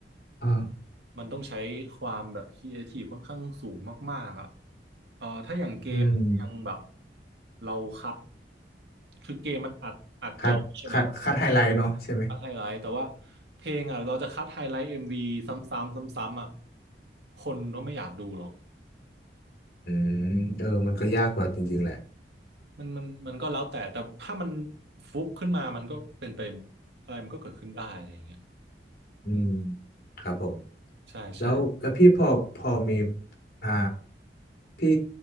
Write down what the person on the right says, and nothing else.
มันต้องใช้ความแบบครีเอทีฟค่อนข้างสูงมากๆอ่ะเออถ้าอย่างเกมยังแบบ
เราคัดคือเกมมันอัดอัดจอใช่ไหม
คัดไฮไลท์แต่ว่าเพลงอ่ะเราจะคัดไฮไลท์เอ็มวีซ้ำๆซ้ำๆอ่ะคนก็ไม่อยากดูหรอก
มันมันมันก็แล้วแต่แต่ถ้ามันฟุกขึ้นมามันก็เป็นไปอะไรมันก็เกิดขึ้นได้อะไรอย่างเงี้ย
อืม
ใช่ใช่